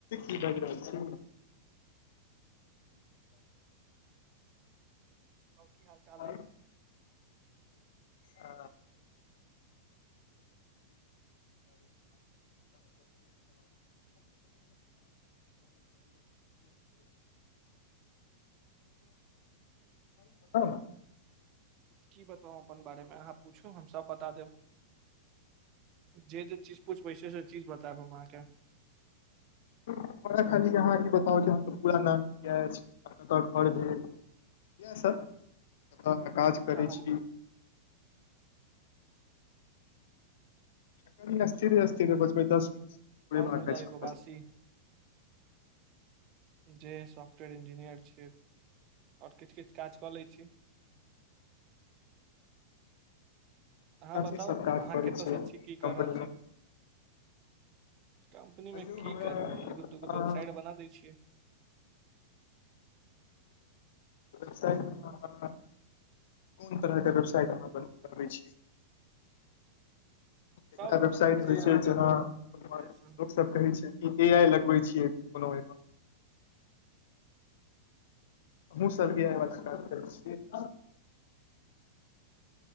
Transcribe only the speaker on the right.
बताउ की हाल चाल अइ
कि बताउ अपन बारेमे अहाँ पुछू हम सब बता देब जे जे चीज पूछबै से से चीज बताब हम अहाँके
आ हम
हम मुदा
एगो
वासी जे सॉफ्टवेर इंजीनियर छै। किछ किछ काज कऽ लै छी अहाँ
बताउ
अहाँ
कतयसँ
छी की कऽ
रहल छी कम्पनीमे
की करबै
एगो दूगो वेबसाइट बना दै छियै।
सब
तरह
के जे
अहाँ
कहबै
से सब